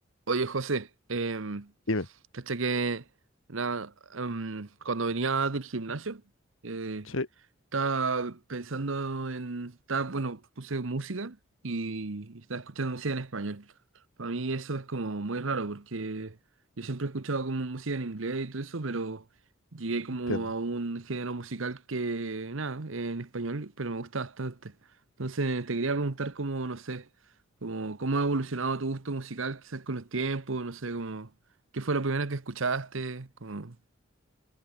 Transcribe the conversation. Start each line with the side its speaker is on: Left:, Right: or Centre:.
Right: Oye, José, em,
Left: Dime.
Right: caché que na- em, cuando venía del gimnasio, eh,
Left: Sí,
Right: estaba pensando en, estaba, bueno, puse música y estaba escuchando música en español. Para mí eso es como muy raro porque yo siempre he escuchado como música en inglés y todo eso, pero llegué como
Left: entiendo.
Right: a un género musical que, nada, en español, pero me gusta bastante. Entonces te quería preguntar como, no sé, como cómo ha evolucionado tu gusto musical quizás con los tiempos, no sé, como qué fue lo primero que escuchaste, como